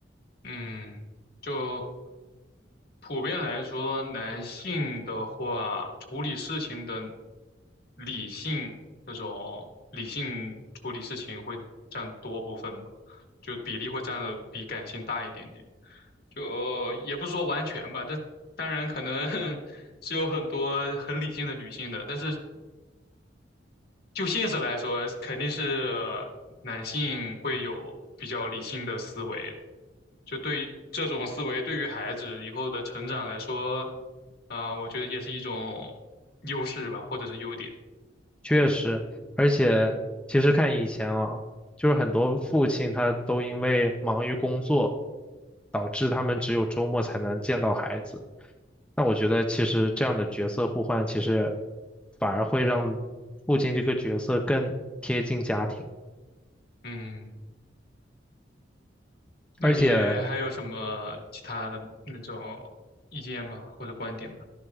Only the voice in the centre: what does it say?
确实，而且其实看以前啊，就是很多父亲他都因为忙于工作，导致他们只有周末才能见到孩子。那我觉得其实这样的角色互换，其实反而会让父亲这个角色更贴近家庭，
而且，